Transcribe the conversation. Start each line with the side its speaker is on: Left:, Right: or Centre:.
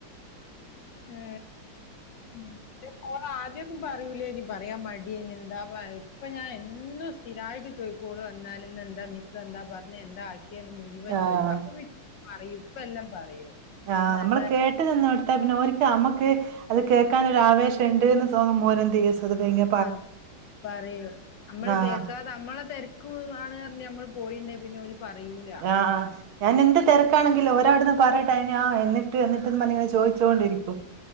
Left: ഏ ൻ്റെ മോളാദ്യം ന്നും പറയുലേനി പറയാൻ മടിയേനി എന്താപ്പ അഹ് ഇപ്പൊ ഞാ എന്നും സ്ഥിരായിട്ട് ചോയി ഇപ്പൊ ഓള് വന്നാല് ഇന്നെന്താ മിസ്സെന്താ പറ്ഞ്ഞേ എന്താ ആക്കിയേന്ന് മു ഴുവൻ
Right: ആഹ്
Left: ചോയ്ക്കും അപ്പൊ പിന് പറയും ഇപ്പെല്ലാം പറയും
Right: ആഹ്
Left: ഇന്ന്
Right: നമ്മള്
Left: അതാ
Right: കേ ട്ട് നിന്നോട്താ പിന്നെ ഓര്ക്ക് നമ്മക്ക് അത് കേക്കാനൊര് ആവേശം ഇണ്ട്ന്ന് തോന്നുമ്പോ ഓരന്തെയ്യും സ്വധവേ ഇങ്ങ
Left: ആഹ് പറിയും അമ്മള്
Right: ആഹ്
Left: കേക്കാ ഇതമ്മളെ തെരക്കു ആണ് പറ്ഞ്ഞ് ഞമ്മള് പോയീണ്ടേൽ പിന്നെ ഓല് പറയൂല്ല
Right: ആഹ് ഞാൻ എന്ത് തെരക്കാണെങ്കിലും ഓരഅവടന്ന്പറഞ്ഞിട്ട് <unintelligible> എന്നിട്ട് എന്നിട്ട്ന്ന് പറഞ്ഞിട്ടിങ്ങനെ ചോദിച്ചോണ്ടിരിക്കും.